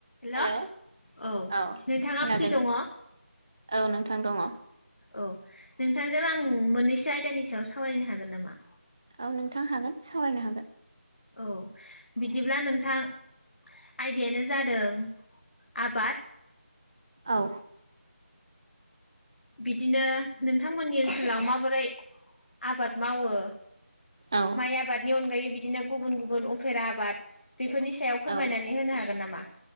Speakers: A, on the left; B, on the right.
A: हेल
B: हेलौ
A: औ
B: औ
A: नोंथाङा
B: खोनादों
A: फ्रि दङ'
B: औ नोंथां दङ'
A: औ नोंथांजों आं मोननैसो आयदानि सायाव सावरायनो हागोन नामा?
B: औ नोंथां हागोन सावरायनो हागोन।
A: औ बिदिब्ला नोंथां आयडायानो जादों आबाद
B: औ
A: बिदिनो नोंथांमोननि ओनसोलाव माबोरै आबाद मावो
B: औ
A: माइ आबादनि अनगायै बिदिनो गुबुन गुबुन अफेरा आबाद बेफोरनि सायाव फोरमायनानै
B: औ
A: होनो हागोन नामा?